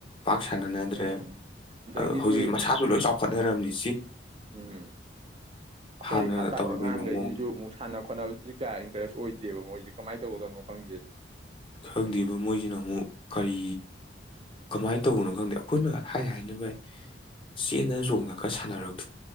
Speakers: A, on the left; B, on the right.
A: ꯄꯥꯛ ꯁꯅꯅꯗ꯭ꯔꯦ
B: ꯎꯝ ꯑꯗꯒꯤꯁꯨ
A: ꯑ ꯍꯧꯖꯤꯛ ꯃꯁꯥꯁꯨ ꯂꯣꯏ ꯆꯥꯎ ꯍꯣꯠꯅꯔꯝꯃꯤ
B: ꯎꯝ ꯑꯩꯈꯣꯏ
A: ꯍꯥꯟꯅ
B: ꯈꯥ ꯇꯥꯕ
A: ꯇꯧꯔꯝꯃꯤꯕ
B: ꯑꯉꯥꯡꯈꯩꯁꯤꯁꯨ
A: ꯃꯑꯣꯡꯗꯣ
B: ꯑꯃꯨꯛ ꯁꯥꯟꯅ ꯈꯣꯠꯅꯕꯁꯤ ꯀꯌꯥ ꯏꯟꯀꯔꯦꯁ ꯑꯣꯏꯗꯦ ꯗꯦꯕ ꯃꯣꯏꯗꯤ ꯀꯃꯥꯏꯅ ꯇꯧꯒꯗꯕꯅꯣ ꯈꯪꯗꯦꯅꯦ
A: ꯈꯪꯗ꯭ꯔꯤꯕ ꯃꯣꯏꯁꯤꯅ ꯑꯃꯨꯛ ꯀꯔꯤ ꯀꯃꯥꯏꯅ ꯇꯧꯕꯅꯣ ꯈꯪꯗꯦ ꯑꯩꯈꯣꯏꯅ ꯍꯥꯏ ꯍꯥꯏꯅꯕ ꯆꯦꯟꯗꯅ ꯆꯣꯡꯅꯒ ꯁꯥꯟꯅꯔꯒ